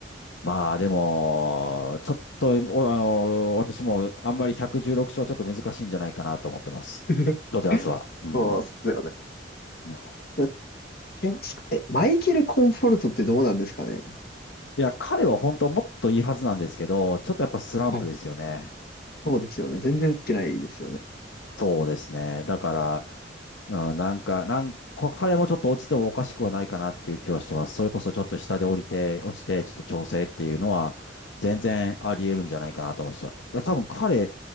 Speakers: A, on the left; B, on the left.
A: まあでも、ちょっと、おあの、私もあんまり116勝ちょっと難しいんじゃないかなと思ってます。
B: <laughs>
A: ドジャースは。うん。
B: そうっすよね。
A: うん、い
B: いやテオスカ、え、マイケル・コンフォルトってどうなんですかね
A: や、彼は本当はもっといいはずなんですけど、ちょっとやっぱスランプですよね。
B: はいそうですよね。全然打ってないですよね。
A: そうですね。だから、うん、なんか、なんか、こ彼もちょっと落ちてもおかしくはないかなっていう気はしてます。それこそちょっと下で降りて、落ちて、ちょっと調整っていうのは、全然あり得るんじゃないかなと思ってた。多分彼、